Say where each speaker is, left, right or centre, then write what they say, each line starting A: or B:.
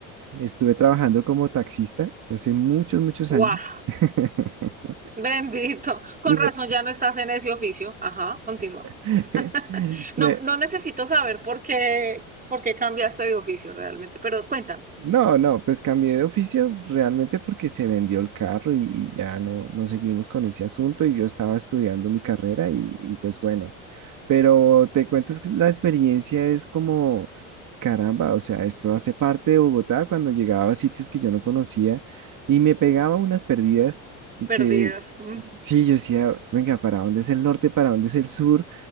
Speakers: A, on the right; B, on the right.
A: Estuve trabajando como taxista hace muchos, muchos
B: ¡Guau!
A: años. <laughs>
B: Bendito. Con
A: Y me,
B: razón ya no estás en ese oficio. Ajá, continúa.
A: <laughs>
B: <laughs>
A: me-
B: No, no necesito saber por qué, por qué cambiaste de oficio realmente, pero cuentan,
A: no, no, pues cambié de oficio realmente porque se vendió el carro y, y ya no, no seguimos con ese asunto y yo estaba estudiando mi carrera y, y pues bueno. Pero te cuento es que la experiencia es como, caramba, o sea, esto hace parte de Bogotá cuando llegaba a sitios que yo no conocía y me pegaba unas perdidas
B: perdidas.
A: que
B: Ujú.
A: sí, yo decía, venga, ¿para dónde es el norte? ¿Para dónde es el sur?